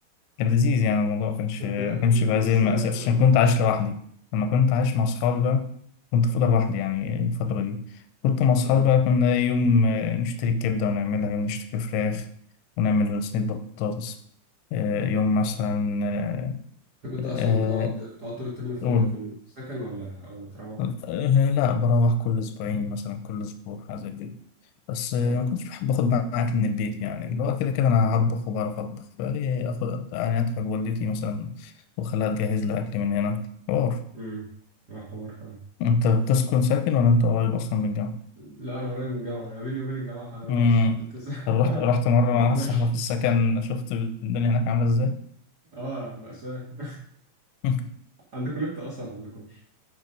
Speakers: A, on the left (about 85°); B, on the right (about 60°).
A: كان لذيذ يعني الموضوع مكانش
B: بس
A: مكانش بقى
B: بس
A: زي المأساة
B: اه
A: عشان كنت عايش لوحدي لما كنت عايش مع أصحابي بقى كنت في أوضة لوحدي يعني الفترة دي كنت مع أصحابي
B: آه.
A: بقى كنا يوم آه، نشتري كبدة ونعملها يوم نشتري فراخ ونعمل صينية بطاطس آه، يوم مثلا آه،
B: انت كنت
A: آه،
B: اصلا بتقعد بتقعد طول الترم في
A: قول
B: في السكن ولا ولا بتروح؟
A: آه، لا بروح كل أسبوعين مثلا كل أسبوع حاجة زي كده بس
B: اه
A: آه، ما كنتش بحب آخد معاك من البيت يعني اللي هو كده كده أنا هطبخ وبعرف أطبخ فليه آخد يعني أتعب والدتي مثلا وأخليها تجهز لي أكل من هنا حوار
B: امم اه حوار فعلا
A: أنت بتسكن ساكن ولا أنت قريب أصلا من الجامعة؟
B: لا انا قريب من الجامعه انا بيني وبين الجامعه حوالي ربع
A: مم.
B: ساعه تلت ساعه
A: طب رحت رحت مرة
B: <laughs>
A: مع واحد
B: ماشي
A: صاحبك السكن شفت الدنيا هناك عاملة إزاي؟
B: اه مأساة <laughs>
A: <laughs>
B: عندكم نت اصلا ما عندكمش